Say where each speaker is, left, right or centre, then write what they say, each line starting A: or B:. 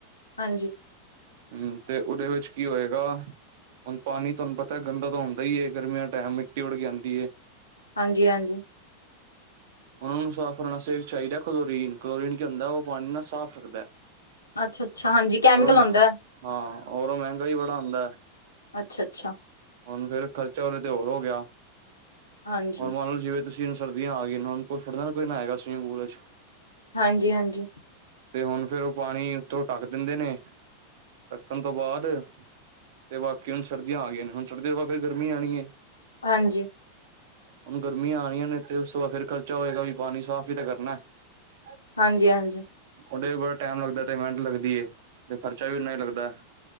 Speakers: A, on the left; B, on the right.
A: ਹਾਂਜੀ।
B: ਹੂੰ, ਤੇ, ਉਹਦੇ ਵਿੱਚ ਕੀ ਹੋਏਗਾ। ਹੁਣ ਪਾਣੀ, ਤੁਹਾਨੂੰ ਪਤਾ ਤੇ ਗੰਦਾ ਤਾਂ ਹੁੰਦਾ ਹੀ ਹੈ। ਗਰਮੀੀਆਂ ਟਾਈਮ, ਮਿੱਟੀ ਉੱਡ ਕੇ ਆਂਦੀ ਹੈ।
A: ਹਾਂਜੀ, ਹਾਂਜੀ।
B: ਉਹਨਾਂ ਨੂੰ ਸਾਫ਼ ਰੱਖਣ ਵਾਸਤੇ, ਚਾਹੀਦਾ ਕਲੋਰੀਨ, ਕਲੋਰੀਨ ਕੀ ਹੁੰਦਾ ਉਹ ਪਾਣੀ ਨੂੰ ਸਾਫ਼ ਰੱਖਦਾ ਹੈ।
A: ਅੱਛਾ ਅੱਛਾ ਹਾਂਜੀ ਕੈਮੀਕਲ
B: ਰ, ਮ,
A: ਹੁੰਦਾ ਹੈ।
B: ਹਾਂ ਔਰ ਔ ਮਹਿੰਗਾ ਵੀ, ਬੜਾ ਆਉਂਦਾ ਹੈ।
A: ਅੱਛਾ-ਅੱਛਾ,
B: ਹੁਣ, ਫੇਰ ਖ਼ਰਚਾ ਉਦੇ, ਤੇ ਹੋਰ, ਹੋ ਗਿਆ।
A: ਹਾਂਜੀ,
B: ਹੁਣ ਮਨ ਲੋ, ਜਿਵੇਂ ਤੁਸੀਂ ਸਕਦੀਆਂ ਆ ਗਇਆ ਨੇ, ਹੁਣ ਥੋੜੀ ਨਾ ਨਾਏਗਾ ਕੋਈ ਸਵਿਮਿੰਗ ਪੂਲ ਵਿੱਚ।
A: ਹਾਂਜੀ- ਹਾਂਜੀ।
B: ਤੇ, ਹੁਣ ਫੇਰ ਉਹ ਪਾਣੀ ਉੱਥੋਂ ਢੱਕ ਦਿੰਦੇ ਨੇ- ਰੱਖਣ ਤੋਂ ਬਾਅਦ ਤੇ। ਬਾਕੀ ਹੁਣ ਸਰਦੀਆਂ ਆ ਗਈਆਂ ਨੇ, ਹੁਣ ਸਰਦੀ ਤੋਂ-ਬਾਅਦ ਫੇਰ ਗਰਮੀ ਆਉਣੀ ਹੈ।
A: ਹਾਂਜੀ।
B: ਹੁਣ ਗਰਮੀਆਂ ਆ ਰਹੀਆਂ ਨੇ ਤੇ, ਉਸ ਤੋਂ ਬਾਅਦ ਫੇਰ ਖ਼ਰਚਾ ਹੋਏਗਾ ਔ ਵੀ, ਪਾਣੀ ਸਾਫ਼ ਵੀ ਤਾਂ ਕਰਨਾ ਹੈ।
A: ਹਾਂਜੀ- ਹਾਂਜੀ।
B: ਓਦੇ ਤੇ ਵੀ ਬੜਾ ਟਮ ਲੱਗਦਾ ਹੈ। ਤੇ ਮਿਹਨਤ ਲੱਗਦੀ ਹੈ। ਤੇ ਖਰਚਾ ਵੀ ਓਨਾਹੀ ਲੱਗਦਾ ਹੈ।